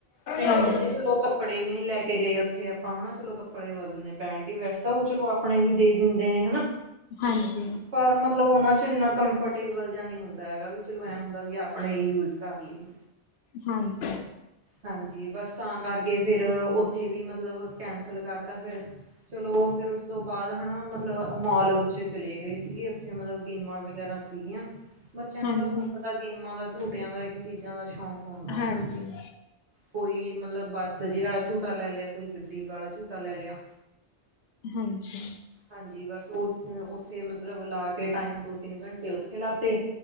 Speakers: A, on the right; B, on the left.
A: ਫੇਰ
B: ਹਾਂਜੀ,
A: ਕਹਿੰਦੇ ਚਲੋ ਕੱਪੜੇ ਵੀ ਨੀ ਲੈ ਕੇ ਗਏ ਉੱਥੇ ਆਪਾਂ ਹਨਾ ਚਲੋ ਕੱਪੜੇ ਬਦਲਣੇ ਪੈਣਗੇ ਵੈਸ ਤਾਂ ਉਹ ਚਲੋ ਆਪ- ਆਪਣੇ ਵੀ ਦਿੰਦੇ ਨੇ ਹਨਾ?
B: ਹਾਂਜੀ
A: ਪਰ ਮਤਲਬ ਉਹਨਾ 'ਚ' ਇੰਨਾ ਕੰਫਰਟੇਬਲ ਜਾਣੀ। ਹੁੰਦਾ ਹੈਗਾ ਵੀ ਚਲੋ ਐਂ ਹੁੰਦਾ ਵੀ ਆਪਣੇ ਹੀ ਯੂਜ ਕਰ ਲਈਏ।
B: ਹਾਂਜੀ
A: ਹਾਂਜੀ, ਬਸ ਤਾਂ ਕਰਕੇ ਫਿਰ ਉੱਥੇ ਵੀ ਮਤਲਬ ਕੈਂਸਲ ਕਰਤਾ ਫਿਰ। ਚਲੋ ਫਿਰ ਉਸ ਤੋਂ ਬਾਅਦ ਹਨਾ ਮਤਲਬ ਮੋਲ ਵਿੱਚ ਚਲੇ ਗਏ ਸੀਗੇ ਉੱਥੇ ਮਤਲਬ ਗੇਮਾਂ, ਵਗੈਰਾ ਸੀਗੀਆ ਬੱਚਿਆਂ ਨੂੰ
B: ਹਾਂਜੀ।
A: ਤਾਂ ਤੁਹਾਨੂੰ ਪਤਾ ਗੇਮਾਂ ਦਾ ਝੂਟਿਆਂ ਦਾ ਇਹੀ ਚੀਜ਼ਾਂ ਦਾ ਸ਼ੌਕ ਹੁੰਦਾ
B: ਹਾਂਜੀ,
A: ਹਨਾ। ਕੋਈ ਮਤਲਬ ਬੱਸਜੇ ਵਾਲਾ ਝੂਟਾ ਲੈ ਲਿਆ ਕੋਈ ਗੱਡੀ ਵਾਲਾ ਝੂਟਾ ਲੈ ਲਿਆ।
B: ਹਾਂਜੀ
A: ਹਾਂਜੀ, ਬਸ ਉਹ ਉੱਥੇ ਮਤਲਬ ਲਾ ਕੇ ਟਾਈਮ ਦੋ-ਤਿੰਨ ਘੰਟੇ ਉੱਥੇ ਲਾਤੇ।